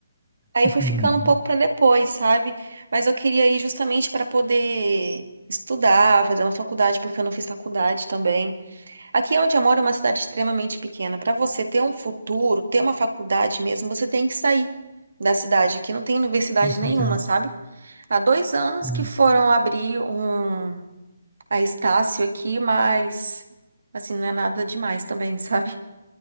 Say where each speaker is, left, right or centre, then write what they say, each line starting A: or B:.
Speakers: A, on the right; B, in the centre.
A: Aí
B: uhum,
A: foi ficando um pouco para depois, sabe? Mas eu queria ir justamente para poder estudar, fazer uma faculdade, porque eu não fiz faculdade também. Aqui onde eu moro é uma cidade extremamente pequena. Para você ter um futuro, ter uma faculdade mesmo, você tem que sair da cidade. Aqui não tem universidade
B: com certeza.
A: nenhuma, sabe? Há dois anos
B: Uhum.
A: que foram abrir um a Estácio aqui, mas assim, não é nada demais também, <laughs> sabe?